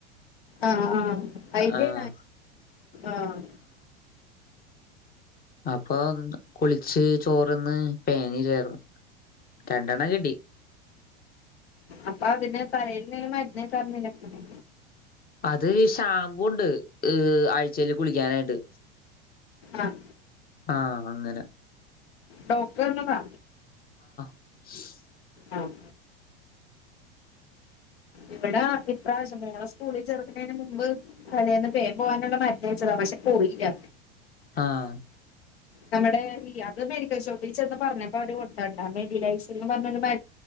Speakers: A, on the left (about 80°); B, on the left (about 30°).
A: ആഹ് ഹ ഹ അയിൻ്റെ
B: ആഹ്
A: ആഹ്
B: അപ്പൊ കുളിച്ച് ചോറ് തിന്ന് പേന് ഈരുവായിരുന്നു രണ്ടെണ്ണം കിട്ടി
A: അപ്പൊ അതിന് തലയിൽ എന്തേലും മരുന്ന് തേക്കാൻ പാടില്ലാരുന്നോ
B: അത് ഷാംമ്പൂ ഉണ്ട് ഈ ആഴ്ച്ചേൽ കുളിക്കാനായിട്ട്
A: ആഹ്
B: ആഹ് അങ്ങനെ
A: ഡോക്ടർ തന്നതാ
B: <unintelligible>
A: ആഹ് ഇവിടെ ഇപ്രാവശ്യം മോളെ സ്കൂളിൽ ചേർക്കുന്നതിന് മുമ്പ് തലേന്ന് പേൻ പോകാനുള്ള മരുന്ന് തേച്ചത പക്ഷെ പോയില്ല
B: ആഹ്
A: നമ്മുടെ ഈ അത് മെഡിക്കൽ ഷോപ്പിൽ ചെന്ന് പറഞ്ഞപ്പോ അവര് കൊടുത്തതാട്ടോ മെഡിലൈസ്ന്ന് പറഞ്ഞ